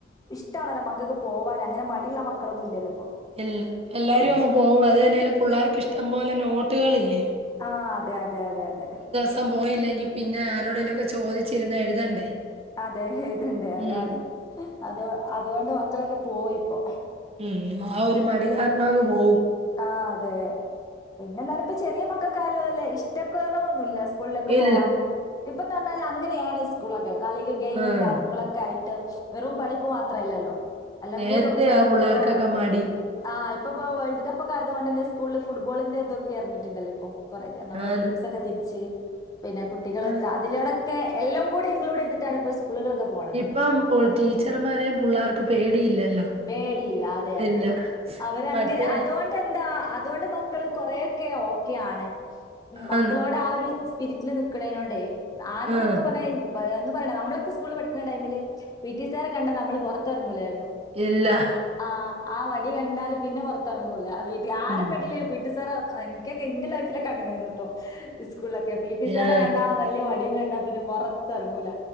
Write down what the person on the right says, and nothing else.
എല്ല എല്ലാരും
അങ്ങ് പോകും അത് തന്നെല്ല പിള്ളേർക്ക് ഇഷ്ടം പോലെ നോട്ടുകൾ ഇല്ലേ,
ത്തം പോയില്ലെങ്കി പിന്നെ ആരോടേലോക്ക ചോദിച്ചിരുന്ന് എഴുതണ്ടേ,
ഉം.
ഉം, ആ ഒരു മടി കാരണങ് പോകും,
ഇല്ല.
ആഹ്.
നേരത്തെ
ആ പിള്ളേർക്കൊക്കെ മടി.
ആന്ന്.
ആഹ്.
ഇപ്പം ടീച്ചർമാരെയും പിള്ളേർക്ക് പേടിയില്ലല്ലോ,
ഇല്ല.
മറ്റേ
ആന്ന്.
ആഹ്.
ഇല്ല,
ഉം.
ഏഹ്.